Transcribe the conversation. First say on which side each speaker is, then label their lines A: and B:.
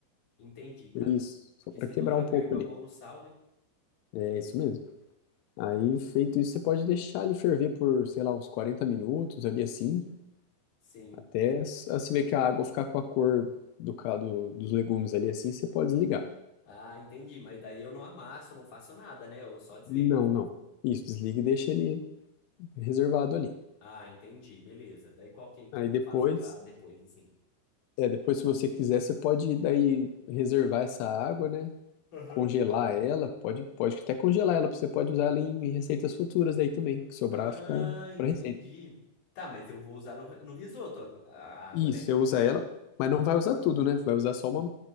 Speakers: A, on the left; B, on the left.
A: Entendi, cara.
B: Isso. Só
A: Porque
B: para
A: senão
B: quebrar
A: eu já
B: um
A: perco
B: pouco ali.
A: a mão no sal, né?
B: É isso mesmo. Aí, feito isso, você pode deixar ele ferver por, sei lá, uns 40 minutos ali assim,
A: Sim.
B: até s- você ver que a água ficar com a cor do, ca- do, dos legumes ali assim, você pode desligar.
A: Ah, entendi. Mas daí eu não amasso, não faço nada, né? Eu só desligo.
B: Não, não. Isso, desliga e deixa ele reservado ali.
A: Ah, entendi. Beleza. Daí qual que, que
B: Aí
A: eu
B: depois,
A: faço pra depois, assim?
B: é, depois se você quiser, você pode daí reservar essa água, né?
A: Aham.
B: Congelar ela, pode, pode até congelar ela, você pode usar ela em receitas futuras daí também, que sobrar
A: Ah,
B: fica, fica
A: entendi.
B: para receita.
A: Tá, mas eu vou usar no, no risoto a a água,
B: Isso,
A: né?
B: você usa ela, mas não vai usar tudo, né? Vai usar só uma,